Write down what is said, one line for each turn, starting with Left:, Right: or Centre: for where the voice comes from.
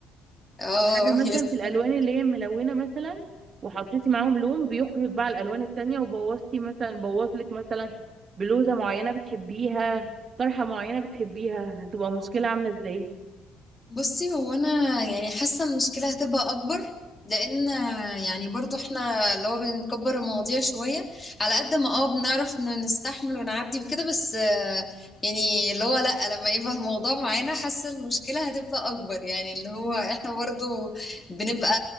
Left: اه
Right: او حاجه مثلا
Left: يا سلام
Right: في الالوان اللي هي ملونه مثلا وحطيتي معاهم لون بيخرج بقى على الالوان التانية وبوظتي مثلا بوظلك مثلا بلوزه معينه بتحبيها طرحه معينه بتحبيها هتبقى مشكله عامله ازاي
Left: بصي هو انا يعني حاسه المشكله هتبقى اكبر لان يعني برضو احنا اللي هو بنكبر المواضيع شويه على قد ما اه بنعرف إنه نستحمل ونعدي وكده بس آه، يعني اللي هو لا لما يبقى الموضوع معانا حاسه المشكله هتبقى اكبر يعني اللي هو احنا برضو بنبقى